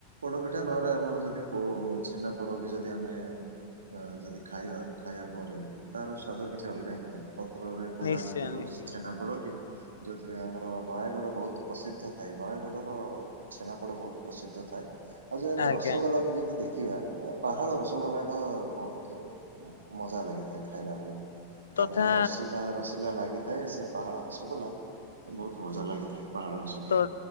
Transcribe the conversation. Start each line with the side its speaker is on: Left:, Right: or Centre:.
Right: ପୋଡ ପିଠା ନହରେ ଆମର ଯଦି ଛେନା ପୋଡ ବି ଯଦି ଆମେ ଅ ଯଦି ଖାଇବା ଖାଇବା ପରେ ତାର ସ୍ୱାଦ କିଛି ଅଲଗା ହେଇଥାଏ! ପତ୍ରରେ ପୋଡ଼ା
Left: ନିଶ୍ଚୟ
Right: ହୋଇଥିବ
Left: ନିଶ୍ଚୟ
Right: ସେ ଛେନାପୋଡ଼ଟି ଯୋଉଥି ପାଇଁ ଆମର ନୟାଗଡ଼ ବହୁତ ପ୍ରସିଦ୍ଧ ଥାଏ ନୟାଗଡ଼ର ଛେନାପୋଡ ବହୁତ ପ୍ରସିଦ୍ଧ ଥାଏ ଆଉ ଯାଚ ଆମେ
Left: ଆଜ୍ଞା ଆଜ୍ଞା।
Right: ରସଗୋଲା ବି ଯଦି ଦେଖିବା ଦେଖିବା ଅ ପାହାଳ ରସଗୋଲା ଟା ବହୁତ ମଜା ଲାଗିଥାଏ ଖାଇଲାବେେଳେ।
Left: ତଥା
Right: ତାର ଯୋଉ ରସିଲା ରସିଲା ଲାଗିଥାଏ ସେ ପାହାଳ ରସଗୋଲା ବହୁତ ମଜା ଲାଗିଥାଏ ପାହାଳ ରସଗୋଲା।
Left: ତ